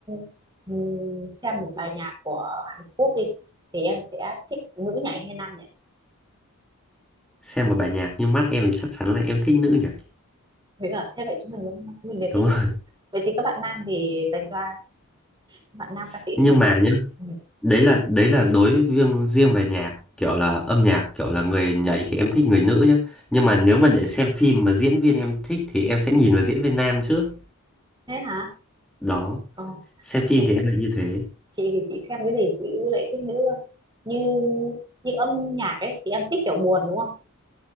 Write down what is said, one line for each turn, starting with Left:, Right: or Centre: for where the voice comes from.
Right: s- xem một bài nhạc của Hàn Quốc đi thì em sẽ thích nữ nhảy hay nam nhảy
Centre: xem một bài nhạc như mắt em thì chắc chắn là em thích nữ nhỉ.
Right: Thế là thế vậy chúng mình đúng không? Chúng mình đều
Centre: Đúng
Right: thích
Centre: không?
Right: vậy thì các bạn nam thì dành cho ai các bạn nam ca
Centre: <laughs>
Right: sĩ
Centre: Nhưng
Right: thì dành
Centre: mà
Right: cho ai?
Centre: nhá
Right: ừ.
Centre: đấy là đấy là đối với riêng riêng về nhạc kiểu là âm nhạc kiểu là người nhảy thì em thích người nữ nhé nhưng mà nếu mà để xem phim mà diễn viên em thích thì em sẽ nhìn vào diễn viên nam trước
Right: thế hả
Centre: đó
Right: ờ,
Centre: xem phim
Right: chị
Centre: thì em lại như thế
Right: chị thì chị xem cái gì chị lại thích nữ cơ. như như âm nhạc ấy thì em thích kiểu buồn đúng không